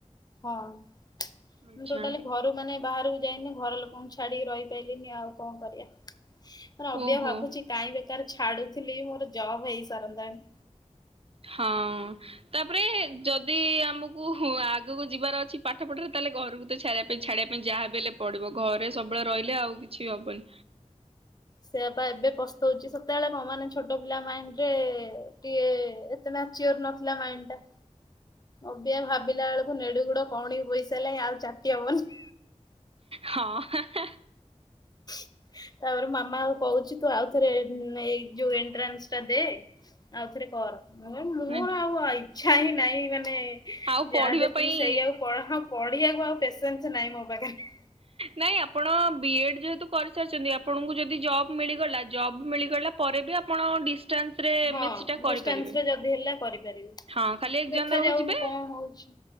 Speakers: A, on the left; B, on the right.
A: ହଁ ମୁଁ
B: ଆଚ୍ଛା
A: ଟୋଟାଲି ଘରୁ ମାନେ ବାହରୁ ଯାଇନି ଘର ଲୋକଙ୍କୁ ଛାଡିକି ରହିପାରନି ଆଉ କଣ କରିବା ମ ଅବିକା
B: ଓହୋ
A: ଭାବୁଛି। କାଇଁ ବେକାର ଛାଡୁଥିଲି ମୋର ଜବ୍ ହେଇସାରନ୍ତାଣି।
B: ହଁ। ତାପରେ ଯଦି ଆମକୁ ଆଗକୁ ଯିବାର ଅଛି ପାଠ ପଢ଼ାରେ ତାହେଲେ ଘରୁକୁ ଛାଡ଼ିବା ପାଇଁ ଛାଡ଼ିବା ପାଇଁ ଯାହାବି ହେଲେ ପଡ଼ିବ ଘରେ ସବୁବେଳେ ରହିଲେ ଆଉ କିଛି ହବନି।
A: ସେଇୟାପ ଏବେ ପସ୍ତଉଛି ସେତେବେଳେ କଣ ମାନେ ଛୋଟ ପିଲା ମାଇଣ୍ଡ ରେ ଟିଏ ମ୍ୟାଚିୟର ନଥିଲା ମାଇଣ୍ଡ ଟା। ଅବିଆ ଭାବିଲା ବେଳକୁ ନେଡ଼ିଗୋଡ଼ କହୁଣି କି ବୋଇସାରିଲାଣି ଆଉ ଚାଟି ହବନି।
B: ହଁ ହାଁ ହାଁ।
A: <inaudible> ତାପରେ ମାମା ଆଉ କହୁଛି ତୁ ଆଉ ଥରେ ଏ ଏ ଯୋଉ ଏଣ୍ଟ୍ରାନ୍ସ ଟା ଦେ। ଆଉଥରେ କର ମୁଁ କହି ମୁ
B: ନାଇଁ।
A: ଆଉ ଅ ଇଚ୍ଛା ହିଁ ନାଇଁ ମାନେ
B: ଆଉ ପଢିବା
A: ଯାହା ଯେତିକି
B: ପାଇଁ
A: ସେଇଆକୁ ପହ ପଢ଼ିବାକୁ ଆଉ ପେଶେ ନ୍ସ ନାହିଁ ମୋ ପାଖେରେ।
B: ନାଇଁ ଆପଣ ବି ଏଡ୍ ଯେହେତୁ କରିସାରିଛନ୍ତି ଆପଣଙ୍କୁ ଯଦି ଜବ୍ ମିଳିଗଲା ଜବ ମିଳିଗଲା ପରେ ବି ଆପଣ ଡିଷ୍ଟାନ୍ସ ରେ ଏ
A: ହଁ
B: ମେ ସି ଟା କରିପାରିବେ
A: ଡିଷ୍ଟାନ୍ସ ରେ ଯଦି ହେଲା କରିପାରିବି
B: ହଁ ଖାଲି ଏଜ୍ଜାମ
A: ଦେଖାଯାଉ
B: ଦେବାକୁ ଯିବେ।
A: କଣ ହଉଛି।